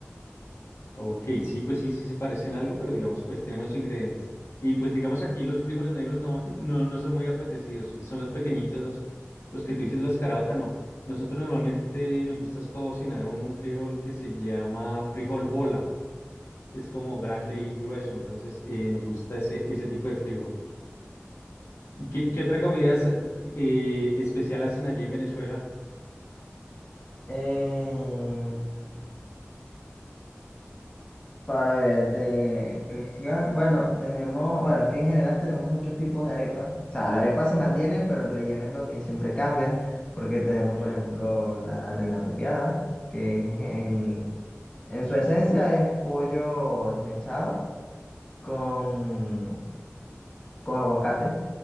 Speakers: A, on the left; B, on the left.
A: Ok, sí, pues sí, sí se parecen algo, pero digamos, pues tienen más ingredientes. Y pues digamos aquí los frijoles negros no, <laughs> no, no son muy apetecidos, son los pequeñitos, los, los que tú dices, los caraota, no. Nosotros normalmente nos gusta es cocinar un frijol que se llama frijol bola, es como grande y grueso, entonces eh, nos gusta ese, ese tipo de frijol. ¿Y qué, qué otra comida es, eh, especial hacen allí en Venezuela?
B: Eh, Para ver de especial, bueno, tenemos, bueno, es que en general tenemos muchos tipos de arepa. O sea, la arepa se mantiene, pero el relleno es lo que siempre cambia, porque tenemos,
A: Ok,
B: por ejemplo, la reina pepiada, que es en, ge- en, en su esencia es pollo esmechado con, con aguacate,